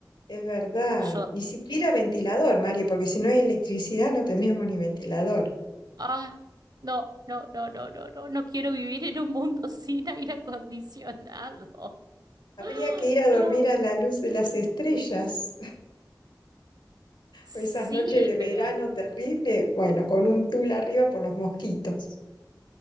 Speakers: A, on the left; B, on the right.
A: es verdad.
B: Yo,
A: Ni siquiera ventilador, Mario, porque si no hay electricidad no tendríamos ni ventilador.
B: ah, no, no, no, no, no, no, no quiero vivir en un mundo sin aire acondicionado.
A: Habría
B: <gasps>
A: que ir a
B: No,
A: dormir a la luz de las estrellas.
B: sí,
A: Esas noches de verano
B: pero
A: terrible, bueno, con un tul arriba por los mosquitos.